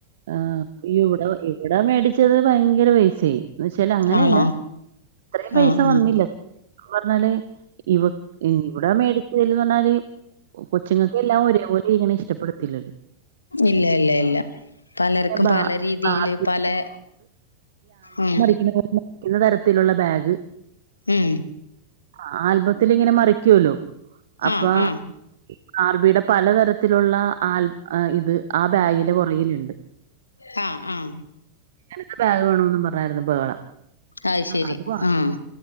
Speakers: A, on the right; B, on the left.
A: ആ ഈ ഉടെ ഇവിടെ മേടിച്ചത് ഭയങ്കര പൈസേയി. എന്ന് വച്ചല് അങ്ങനെയല്ല
B: ആണോ
A: ത്രേം പൈസ
B: ആഹ്
A: വന്നില്ല.
B: ആഹ്
A: പറഞ്ഞാല് ഇവ ഇവിടെ മേടിച്ചതിലന്നറഞ്ഞാല് കൊച്ചുങ്ങക്കെല്ലാം ഒരേപോലെ ഇരിക്കണ ഇഷ്ടപ്പെടത്തില്ലല്ലോ.
B: ഇല്ല ല്ല ല്ല പലര്ക്കും
A: പിന്നെ ബാ
B: പല രീതീല്
A: ബാർബി
B: പലെ ഉം
A: പിന്നെ'' <inaudible> ക്കിന്ന തരത്തിലുള്ള ബാഗ്.
B: ഉം
A: ആ ആൽബത്തിലിങ്ങനെ മറിക്കൂല്ലോ അപ്പ
B: ആഹ് ആഹ്
A: ഈ ആർ ബീടെ പലതരത്തിലൊള്ള ആൽബ് ഇത് ആ ബാഗിന്റെ പൊറകില്ണ്ട്.
B: ഉം ഉം
A: ഇങ്ങനത്തെ ബാഗ് വേണോന്ന് പറഞ്ഞാരുന്നു ബഹളം.
B: അയ്ശരി
A: അത് വാ
B: ആഹ്